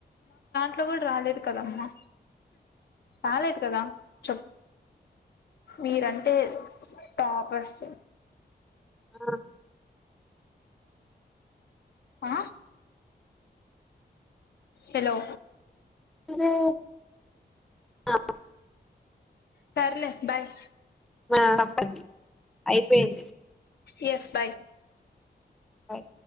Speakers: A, on the left (about 70°); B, in the centre.
A: అంత కూడా రాలేదు కదమ్మా రాలేదు కదా చెప్పు మీరంటే టాపర్స్
B: అ
A: ఆ హలో
B: అరె ఆ
A: సర్లే బాయ్
B: మా అబ్బది అయిపోయింది
A: యస్ బాయ్
B: బాయ్